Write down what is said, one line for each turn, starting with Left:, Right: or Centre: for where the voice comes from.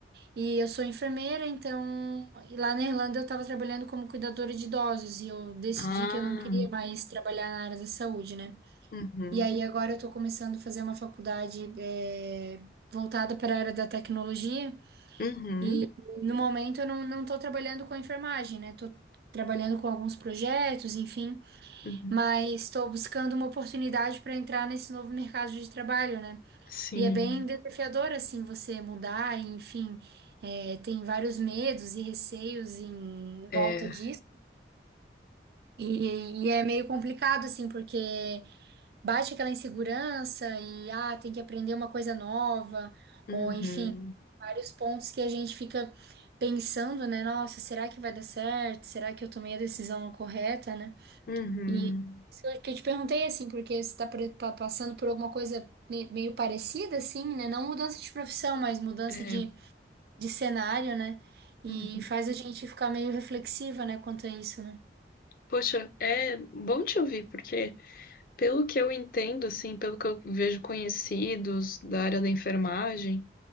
Right: E eu sou enfermeira, então e lá na Irlanda eu estava trabalhando como cuidadora de idosos e eu decidi
Left: Ah.
Right: que eu não queria mais trabalhar na área da saúde, né?
Left: Uhum.
Right: E aí agora eu estou começando a fazer uma faculdade eh, voltada para a área da tecnologia
Left: Uhum.
Right: e no momento eu não não estou trabalhando com a enfermagem, né? Estou trabalhando com alguns projetos, enfim,
Left: Uhum.
Right: mas estou buscando uma oportunidade para entrar nesse novo mercado de trabalho, né?
Left: Sim.
Right: E é bem desafiador, assim, você mudar, e, enfim, é, tem vários medos e receios em
Left: É.
Right: volta disso. E, e é meio complicado, assim, porque bate aquela insegurança e, ah, tem que aprender uma coisa nova,
Left: Uhum.
Right: ou, enfim, vários pontos que a gente fica pensando, né? Nossa, será que vai dar certo? Será que eu tomei a decisão correta, né?
Left: Uhum.
Right: E isso que eu que eu te perguntei assim, porque você está passando por alguma coisa me- meio parecida, assim, né? Não mudança de profissão, mas mudança
Left: É.
Right: de, de cenário, né? E
Left: Uhum.
Right: faz a gente ficar meio reflexiva, né, quanto a isso, né?
Left: Poxa, é bom te ouvir, porque pelo que eu entendo, assim, pelo que eu vejo conhecidos da área da enfermagem,